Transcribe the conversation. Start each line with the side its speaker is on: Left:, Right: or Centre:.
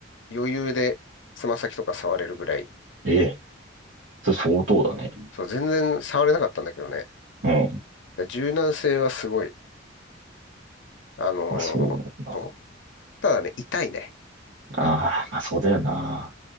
Left: う余裕でつま先とか触れるぐらい。
Right: ええ。それ相当だね。
Left: そう、全然触れなかったんだけどね。
Right: うん。
Left: 柔軟性はすごい。あのーそう。
Right: あ、そうなんだ。
Left: ただね、痛いね。
Right: ああ、まあそうだよな。